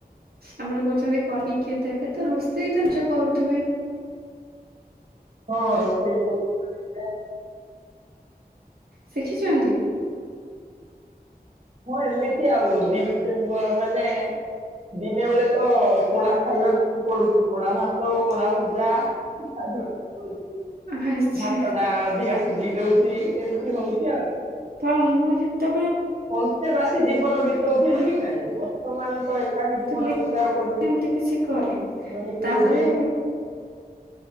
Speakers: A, on the right (about 75°); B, on the right (about 45°).
A: ଆପଣ କହୁଛନ୍ତି କରିକି କିଏ ଦେବେ ତ ରୋଷେଇ ତ ନିଜ କରୁଥିବେ।
B: ହଁ ରୋଷେଇ କରୁଛି ତ <inaudible>
A: ଶିଖିଛନ୍ତି?
B: ମୁଁ ଏମିତି ଆଉ ଦି ନ ମାନେ ଦିନେ ବେଳେ ତ ପୋଡା ଖାଇବାକୁ ପଡୁଛି ପୋଡ଼ା ଭାତ ପୋଡ଼ା ଭଜା। ପଡୁଛି
A: ଆଚ୍ଛା।
B: ଭାତ ଟା ଅଧିକା ସିଝେଇ ଦଉଛି ଏମିତି ହଉଛି ଆଉ।
A: ତ ମୁଁ ଯେତେ
B: ଅନ୍ତେ ବାସି ଜୀବନ ବିତଉଥିଲି କି ନାଇଁ ବର୍ତ୍ତମାନ ତ ଏଠ ତାକେ
A: ଶିଖୁଥିଲି
B: ଜୀବନ ବିିତାଇବାକୁ
A: ଏମିତି କିଛି କରେ।
B: ପଡିବ କିଛି
A: ତାପରେ
B: ଦିନ।